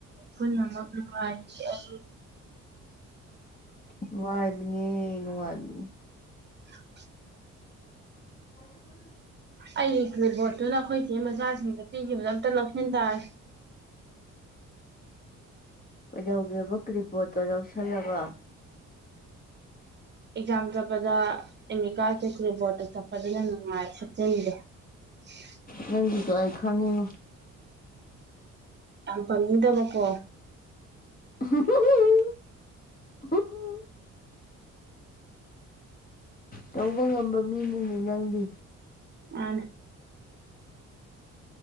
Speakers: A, on the right (about 35°); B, on the left (about 30°).
A: ꯄꯨꯟꯅꯃꯛ ꯅꯨꯡꯉꯥꯏꯔꯦ ꯑꯩ
B: ꯅꯨꯡꯉꯥꯏꯕꯅꯦ ꯅꯨꯡꯉꯥꯢꯕꯅꯦ
A: <inaudible>
B: <inaudible>
A: ꯑꯩꯒꯤ ꯀ꯭ꯂꯤꯞ ꯕꯣꯔꯠꯇꯨꯅ ꯑꯩꯈꯣꯏꯆꯦ ꯃꯆꯥꯁꯤꯡꯗ ꯄꯤꯈꯤꯕꯗꯨ ꯑꯝꯇ ꯂꯧꯁꯤꯟ ꯇꯥꯔꯦ
B: ꯀꯩꯗꯧꯒꯦꯕ ꯀ꯭ꯔꯤꯕꯣꯔꯠꯇꯣ ꯂꯧꯁꯜꯂꯒ
A: ꯑꯦꯛꯖꯥꯝ ꯆꯠꯄꯗ ꯑꯦꯗꯃꯤꯠ ꯀꯥꯔꯗꯁꯦ ꯀ꯭ꯂꯤꯞ ꯕꯣꯔꯠꯇ ꯆꯞꯄꯗꯨꯅ ꯍꯦꯟꯅ ꯅꯨꯡꯉꯥꯏ ꯁꯨꯞꯆꯟꯗꯦ <inaudible>
B: ꯅꯪꯒꯤꯗꯣ ꯑꯩ ꯈꯪꯉꯤꯉꯣ
A: ꯌꯥꯝ ꯄꯥꯅꯤꯡꯗꯅ ꯀꯣ
B: <unintelligible> ꯇꯧꯕ ꯉꯝꯕ ꯃꯤꯅꯤꯅꯦ ꯅꯪꯗꯤ
A: ꯑ